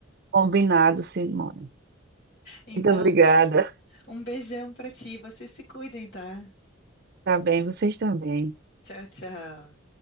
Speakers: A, on the right; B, on the left.
A: Combinado, Simone.
B: Então,
A: Muito obrigada.
B: tá. Um beijão pra ti, vocês se cuidem, tá?
A: Tá bem,
B: Tch-
A: vocês também.
B: Tchau, tchau.